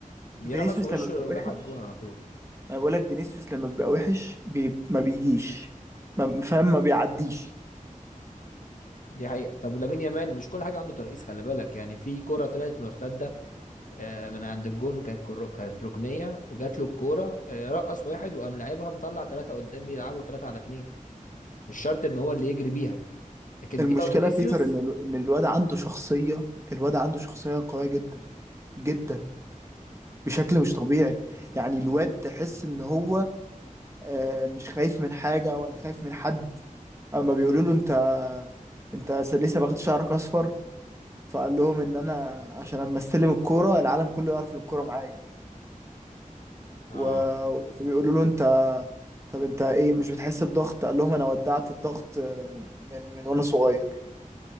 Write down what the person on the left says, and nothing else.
بيرقص
وشه
راح على الجون على طول
دي حقيقة طب لامين يامال مش كل حاجة عنده ترقيص خلي بالك يعني في كرة طلعت مرتدة آه، من عند الجون كانت كرو- كانت ركنيه وجات له الكوره آه، رقص واحد وقام لعبها مطلع ثلاثه قدام يلعبوا ثلاثه على اثنين مش شرط ان هو اللي يجري بيها لكن
دي لو فينيسيوس
ما.
اه